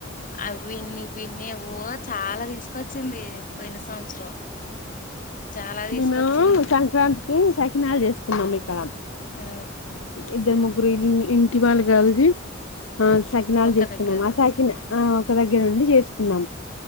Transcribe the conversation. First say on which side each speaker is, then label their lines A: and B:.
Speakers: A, on the left (about 45°); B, on the left (about 85°).
A: అవిన్ని పిన్నివో చాలా తీసుకొచ్చింది పోయిన సంవత్సరం చాలా తీసుకొచ్చింది
B: మేము సంక్రాంతికి సకినాలు చేసుకున్నాం ఇక్కడ
A: ఆ
B: ఇద్దరు ముగ్ రు ఇ ఇంటి వాళ్ళు కలిసి ఆ సకినాలు
A: ఒక్క
B: చేసుకున్నాము
A: దగ్గర
B: ఆ సకినా ఆ ఒక దగ్గర నుండి చేసుకున్నాము